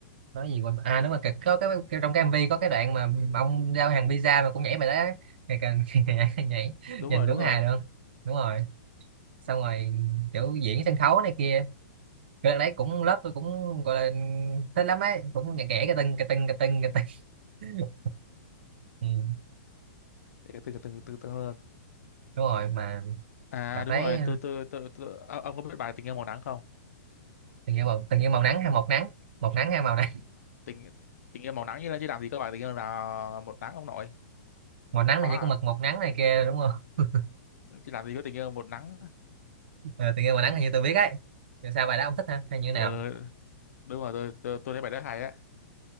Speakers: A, on the right (about 40°); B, on the left (about 70°).
A: nói gì quên à đúng rồi cái- có cái, cái trong cái MV có cái đoạn mà ông giao hàng pizza mà cũng nhảy bài đó á. ngày càng <laughs> nhảy
B: đúng
A: nhìn
B: rồi
A: đúng
B: đúng rồi
A: hài luôn đúng rồi xong rồi kiểu diễn sân khấu này kia cái đấy cũng lớp tôi cũng gọi là thích lắm ấy cũng nhạc ghẻ cái tưng cái tưng cái tưng cái tưng <laughs> ừ,
B: để từng từng từng từng luôn
A: đúng rồi mà
B: à
A: đọc
B: đúng
A: đấy
B: rồi tôi tôi tôi, tôi ờ, ông có biết bài tình yêu màu nắng không
A: từng như màu từng như màu nắng hay một nắng một nắng hay màu nắng
B: tình tình yêu màu nắng như là chứ làm gì có bài tình yêu là một nắng ông nội
A: <laughs> màu nắng
B: có
A: là
B: à
A: chỉ có mực một nắng này kia đúng không <laughs>
B: chứ làm gì có tình yêu một nắng
A: Ờ, từng như màu nắng là như tôi biết ấy rồi sao bài đó ông thích ha hay như thế nào
B: ừ, đúng rồi tôi tôi tôi thấy bài đó hay á